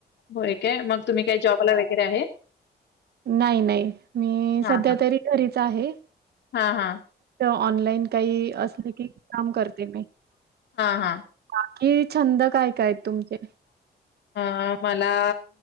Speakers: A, on the left; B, on the right.
A: होय काय मग तुम्ही काही जॉबला वगैरे आहे
B: नाही नाही मी
A: हा
B: सध्या
A: हा
B: तरी घरीच आहे.
A: हा हा
B: ऑनलाईन काही असले की काम करते मी.
A: हा
B: बाकी छंद काय काय तुमचे.
A: अ मला